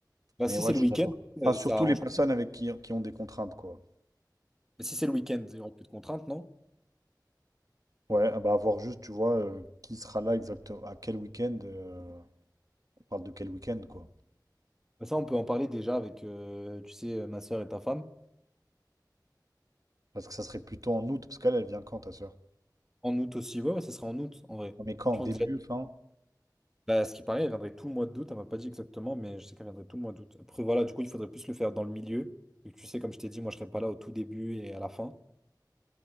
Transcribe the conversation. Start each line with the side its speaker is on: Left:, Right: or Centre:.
Centre: Bah,
Right: mais
Centre: si
Right: ouais,
Centre: c'est
Right: je
Centre: le week-end,
Right: suis d'accord. Enfin,
Centre: euh,
Right: surtout
Centre: ça arrange.
Right: les personnes avec qui, qui ont des contraintes, quoi.
Centre: Mais si c'est le week-end, il n'y aura plus de contraintes, non?
Right: Ouais, ah bah avoir juste, tu vois, euh, qui sera là exactement, à quel week-end, euh, on parle de quel week-end, quoi.
Centre: Bah, Ça, on peut en parler déjà avec, euh, tu sais, ma soeur et ta femme.
Right: Parce que ça serait plutôt en août, parce qu'elle, elle vient quand, ta soeur?
Centre: En août aussi, ouais, ouais, ça sera en août en vrai.
Right: mais quand,
Centre: Je pense
Right: début,
Centre: que déjà,
Right: fin?
Centre: bah, ce qui paraît, elle viendrait tout le mois d'août. Elle m'a pas dit exactement, mais je sais qu'elle viendrait tout le mois d'août. Après, voilà, du coup, il faudrait plus le faire dans le milieu. Vu que tu sais, comme je t'ai dit, moi, je serai pas là au tout début et à la fin.